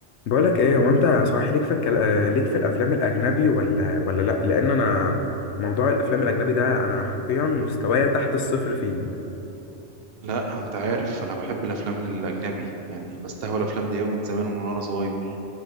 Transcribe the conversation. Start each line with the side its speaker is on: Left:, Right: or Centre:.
Left: بقولك ايه هو انت صحيح ليك في الكل... آه، ليك في الافلام الاجنبي ولا ولا لا لان انا موضوع الافلام الاجنبي ده انا حرفيا مستوايا تحت الصفر فيه
Right: لا انت عارف انا بحب الافلام الاجنبي يعني بستهوى الافلام دي قوي من زمان ومن وانا صغير